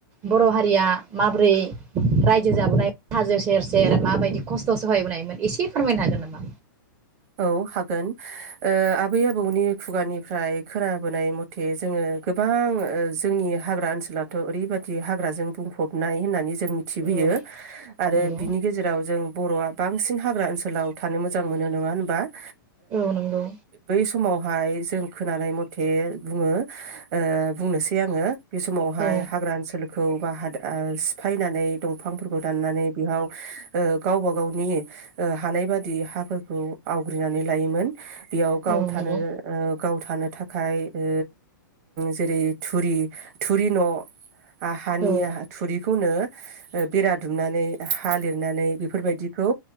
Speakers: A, on the right; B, on the right.
A: बर हारिया माबोरै रायजो जाबोनाय हाजो सेर-सेर माबायदि खस्थ सहायबोनायमोन एसे फोरमायनो हागोन नामा?
B: औ हागोन ओ आबै आबौनि खुगानिफ्राय खोनाबोनाय मथे जोङो गोबां ओ जोंनि हाग्रा ओनसोलाथ ओरै बायदि हाग्राजों बुंफबनाय होननानै जों जों मिथिबोयो
A: औ
B: आरो
A: नंगौ
B: बिनि गेजेराव जों बरआ बांसिन हाग्रा ओनसोलाव थानो मोजां मोनो नङा होनबा। ओ
A: औ नंगौ
B: बै समावहाय जों खोनानाय मथे बुङो ओ बुंनोसै आङो बे समावहाय
A: औ
B: हाग्रा ओनसोल खौ बा सिफायनानै दंफांफोरखौ दाननानै बेहयाव ओ गावबा गावनि ओ हानाय बादि हाफोरखौ आवग्रिनानै लायोमोन। बेयाव गाव
A: औ
B: थानो
A: नंगौ
B: ओ गाव थानो थाखाय‌ ओ जेरै थोरि थोरि न हानि
A: औ
B: थुरिखौनो बेरा दुमनानै हा लिरनानै बेफोरबायदिखौ